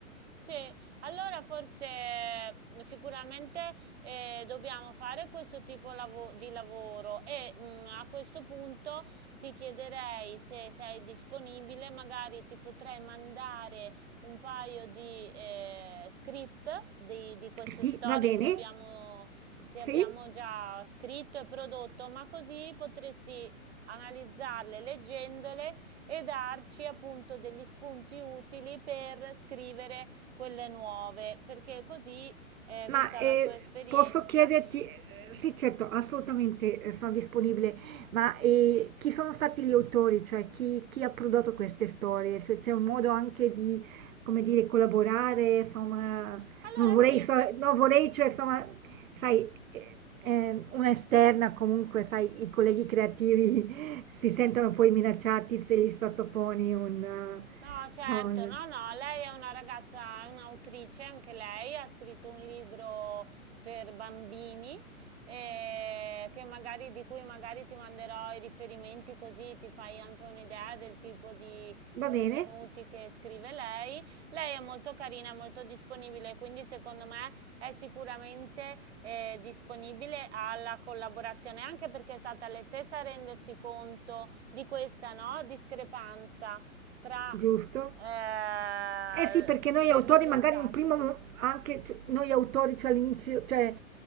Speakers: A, on the right; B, on the right.
A: Sì, allora forse eh, sicuramente eh, dobbiamo fare questo tipo lavo- di lavoro e mm, a questo punto ti chiederei se sei disponibile, magari ti potrei mandare un paio di eh, script di, di queste
B: Sì,
A: storie
B: va bene?
A: che abbiamo, che abbiamo
B: Sì?
A: già scritto e prodotto, ma così potresti analizzarle leggendole e darci appunto degli spunti utili per scrivere quelle nuove, perché così, eh,
B: Ma
A: vista
B: eh,
A: la tua esperienza.
B: posso chiederti, eh, sì, certo, assolutamente eh, sono disponibile, ma eh, chi sono stati gli autori, cioè chi, chi ha prodotto queste storie? Se c'è un modo anche di, come dire, collaborare, insomma,
A: Allora
B: non vorrei,
A: sì,
B: so-
A: se-
B: non vorrei, cioè, insomma, sai, eh, eh, una esterna comunque, sai, i colleghi creativi <laughs> si sentono poi minacciati se gli sottoponi un... eh,
A: No, certo,
B: insomma, un-
A: no, no, lei è una ragazza, è un'autrice, anche lei ha scritto un libro per bambini, eh, che magari, di cui magari ti manderò i riferimenti così ti fai anche un'idea del tipo di contenuti
B: Va bene,
A: che scrive lei. Lei è molto carina, molto disponibile, quindi secondo me è sicuramente eh, disponibile alla collaborazione, anche perché è stata lei stessa a rendersi conto di questa, no, discrepanza tra
B: giusto.
A: eh,
B: Eh sì, perché noi
A: del
B: autori
A: risultato.
B: magari un primo, mo- anche c- noi autori, cioè all'inizio, cioè